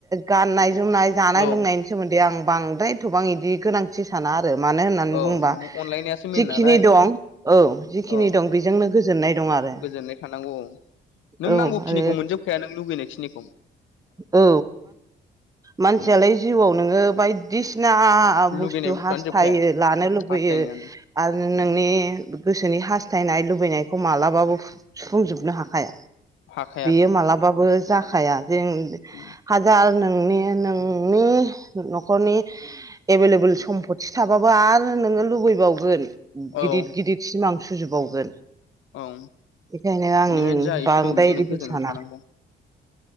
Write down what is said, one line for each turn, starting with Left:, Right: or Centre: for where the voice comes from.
Right: गाननाय जोमनाय जानाय
Left: औ
Right: लोंनायनि सोमोन्दै आं बांद्रायथ'बां बिदि गोनांथि थि साना आरो मानो होननानै
Left: औ
Right: बुंबा
Left: माने अनलायनायासो मेन
Right: जिखिनि
Left: नालाय
Right: दं औ जिखिनि
Left: औ
Right: दं बेजोंनो गोजोननाय दं आरो
Left: गोजोननाय थानांगौ नों
Right: औ
Left: नांगौखिनिखौ
Right: आरो
Left: मोनजोबखाया नों लुुबैनायखिनिखौ
Right: औ मानसियालाय
Left: उम
Right: जिउआव नोङो बायदिसिना बुस्थु
Left: लुगैनाय बुस्थुआनो
Right: हास्थायो
Left: जोबखाया
Right: लानो लुबैयो
Left: हास्थायनायानो
Right: आरो नोंनि
Left: उम
Right: गोसोनि हास्थायनाय लुबैनायखौ मालाबाबो सुफुंजोबनो हाखाया
Left: हाखाया
Right: बियो मालाबाबो जाखाया जों
Left: उम
Right: हाजार नोंनि नोंनि न'खरनि एभेलेबोल सम्फथि थाबाबो आरो नोङो लुबैबावगोन
Left: औ
Right: गिदिर गिदिर सिमां सुजोबावगोन
Left: औ
Right: बेखायनो आं
Left: बेनिखायनो जा एसे
Right: बांद्रायदिबो
Left: दं बेजोंनो गोजोननानै
Right: साना
Left: थानांगौ